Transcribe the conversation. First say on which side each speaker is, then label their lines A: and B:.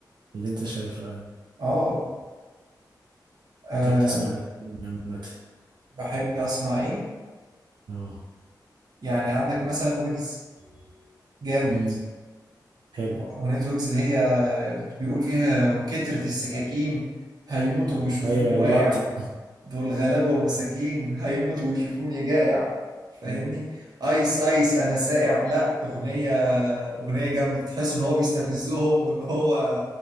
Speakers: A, on the right; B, on the right.
A: اللي أنت شايفه يعني
B: اه آه،
A: أنت بتسمع إيه عامة
B: بحب اسمع ايه
A: أه
B: يعني عندك مثلا ويجز جامد
A: أمم، حلو
B: أغنية ويجز اللي هي بت- بيقول فيها وكترة السكاكين هيموتوا ويشوفوني
A: ايوه
B: واقع
A: اللقطة
B: دول غلابة ومساكين هيموتوا ويشوفوني جائع فاهمني
A: مم،
B: ايس ايس انا سائع لا اغنية اغنية جامدة تحس ان هو بيستفزهم وان هو